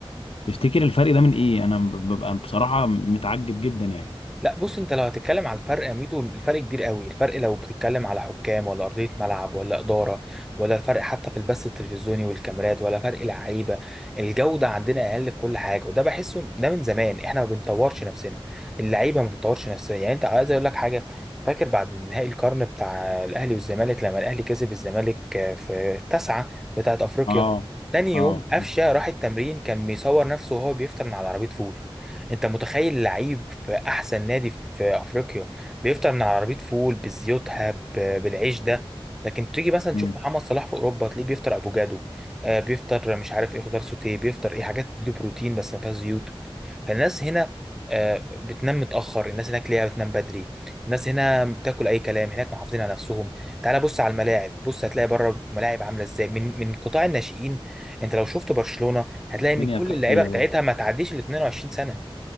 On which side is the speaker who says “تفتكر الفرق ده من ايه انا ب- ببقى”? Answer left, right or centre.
Left